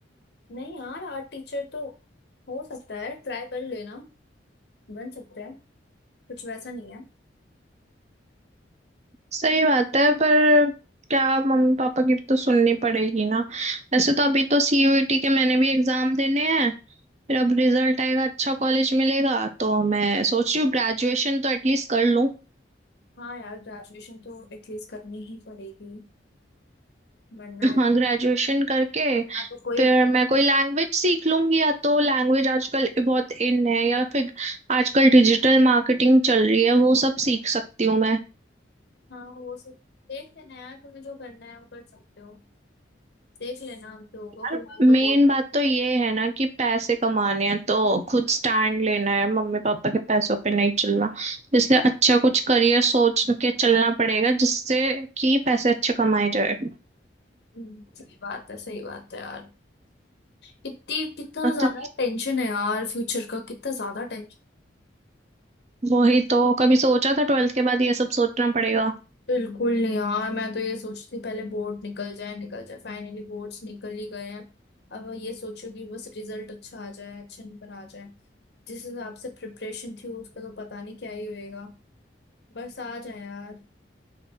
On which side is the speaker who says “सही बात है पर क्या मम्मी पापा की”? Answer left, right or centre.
Right